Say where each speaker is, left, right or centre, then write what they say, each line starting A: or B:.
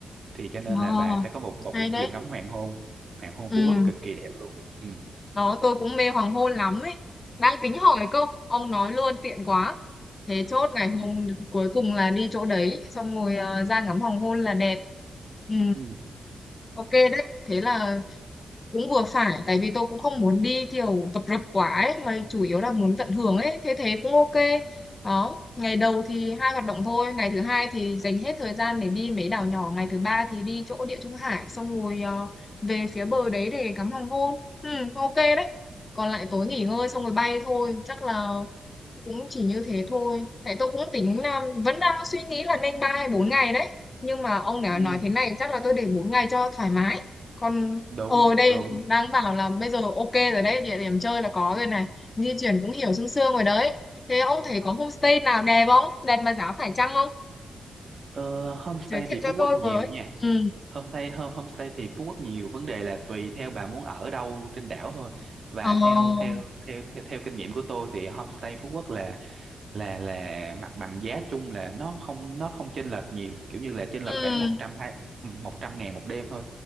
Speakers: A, on the right; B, on the left.
A: thì cho nên
B: Ờ,
A: là bà sẽ có một một
B: hay
A: buổi chiều
B: đấy
A: ngắm hoàng hôn hoàng hôn
B: ừ
A: Phú Quốc cực kỳ đẹp luôn ừ.
B: nó tôi cũng mê hoàng hôn lắm ấy đang tính hỏi cơ ông nói luôn tiện quá thế chốt ngày hôm
A: Ừ.
B: cuối cùng là đi chỗ đấy xong rồi ờ, ra ngắm hoàng hôn là đẹp ừ
A: Ừ.
B: ok đấy thế là cũng vừa phải tại vì tôi cũng không muốn đi kiểu tập rập quá ấy, mà chủ yếu là muốn tận hưởng ấy thế thế cũng ok đó ngày đầu thì hai hoạt động thôi ngày thứ hai thì dành hết thời gian để đi mấy đảo nhỏ ngày thứ ba thì đi chỗ Địa Trung Hải xong rồi ờ, về phía bờ đấy để ngắm hoàng hôn ừ, ok đấy còn lại tối nghỉ ngơi xong rồi bay thôi chắc là cũng chỉ như thế thôi tại tôi cũng tính là vẫn đang suy nghĩ là nên ba hay bốn ngày đấy nhưng mà ông đã
A: Ừ.
B: nói thế này chắc là tôi để bốn ngày cho thoải mái còn
A: đúng
B: Ồ đây
A: đúng
B: đang bảo là bây giờ ok rồi đấy địa điểm chơi là có rồi này di chuyển cũng hiểu sương sương rồi đấy thế ông thấy có homestay nào đẹp không đẹp mà giá phải chăng không
A: ờ, homestay
B: giới
A: thì
B: thiệu cho
A: Phú Quốc
B: tôi
A: nhiều
B: với
A: nha
B: ừ
A: homestay ho- homestay thì Phú Quốc nhiều vấn đề là tùy theo bà muốn ở đâu trên đảo thôi và
B: ờ
A: theo theo theo theo, theo kinh nghiệm của tôi thì homestay Phú Quốc là là là mặt bằng giá chung là nó không nó không chênh lệch nhiều kiểu như là chênh lệch
B: ừ
A: khoảng 100 hai 100 ngàn một đêm thôi